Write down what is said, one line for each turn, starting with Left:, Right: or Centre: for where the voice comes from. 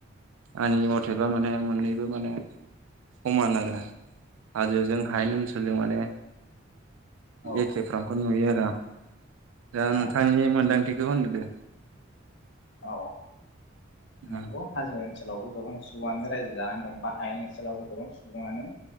Right: आंनि मथेबा माने मोननैबो माने समान आरो हाजोजों हायेन ओनसोलजों माने
Left: औ
Right: एखेफ्रामखौ नुयो आरो आं दा नोंथांनि
Left: औ
Right: मोन्दांथिखौ होनदो
Left: औ
Right: उम
Left: नंगौ हाजो ओनसोलावबो गोबां सुबुङानो रायजो जानानै दं बा हायेन ओनसोलावबो गोबां सुबुङानो